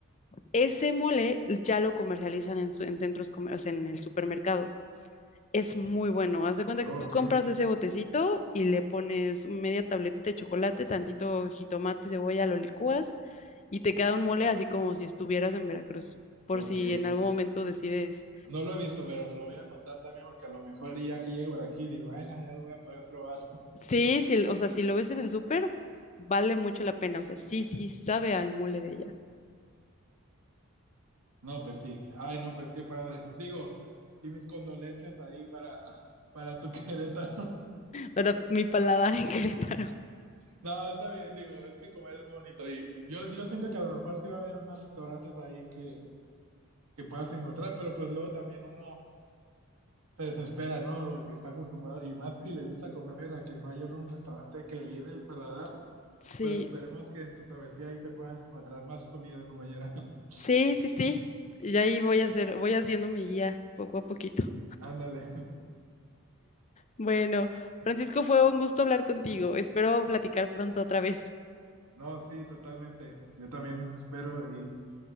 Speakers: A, on the left; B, on the right.
A: Ese mole ya lo comercializan en, su- en centros, comer- o sea, en el supermercado. Es muy bueno. Haz de cuenta
B: Ok,
A: que tú compras ese botecito y le pones media tabletita de chocolate, tantito jitomate, cebolla, lo licúas y te queda un mole así como si estuvieras en Veracruz, por
B: ok.
A: si en algún momento decides.
B: No lo he visto, pero lo voy a anotar también porque a lo mejor ya que llego por aquí digo, ay, no, ya lo voy a poder probar.
A: Sí, sí, o sea, si lo ves en el súper, vale mucho la pena. O sea, sí, sí, sabe al mole de allá.
B: No, pues sí. Ay, no, pues qué padre. Digo, y mis condolencias ahí para, para tu <laughs> Querétaro.
A: Para mi paladar <laughs> en Querétaro.
B: No, está bien, digo, es que comer es bonito y yo, yo siento que a lo mejor sí va a haber más restaurantes ahí que, que puedas encontrar, pero pues luego también uno se desespera, ¿no? Porque está acostumbrado, y más si le gusta comer, a que no haya un restaurante que le llene el paladar.
A: Sí,
B: Pero esperemos que en tu travesía ahí se puedan encontrar más comida, compañera. <laughs>
A: sí, sí, sí. Y ahí voy a hacer, voy haciendo mi guía poco a poquito.
B: Ándale.
A: Bueno, Francisco, fue un gusto hablar contigo. Espero platicar pronto otra vez.
B: No, sí, totalmente. Yo también espero y